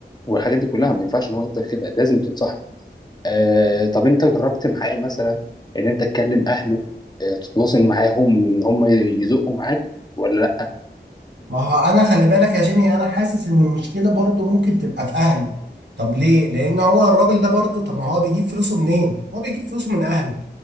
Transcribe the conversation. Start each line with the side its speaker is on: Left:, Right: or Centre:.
Left: والحاجات دي كلها ما ينفعش ان هو يفضل كده لازم تنصحه آه طب انت جربت معاه مثلا ان انت تكلم اهله آه تتواصل معاهم ان هم يزقوا معاك ولا لا
Right: ما هو انا خلي بالك يا جيمي انا حاسس ان المشكله برضو ممكن تبقى في اهله طب ليه لان هو الراجل ده برضو طب ما هو بيجيب فلوسه منين هو بيجيب فلوسه من اهله